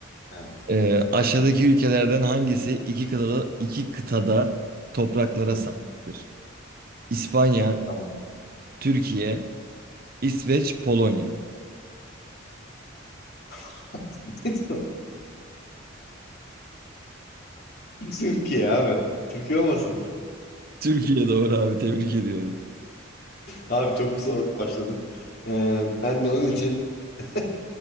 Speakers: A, on the left (about 50°); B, on the right (about 50°).
A: Ha,
B: Ee, aşağıdaki ülkelerden hangisi iki kıtada, iki kıtada topraklara
A: Hı,
B: sahiptir? İspanya,
A: tamam.
B: Türkiye, İsveç, Polonya.
A: <laughs> Türkiye abi. Türkiye olmasın.
B: Türkiye doğru abi tebrik ediyorum.
A: Abi çok soğuk başladın. Ee, ben de onun için <laughs>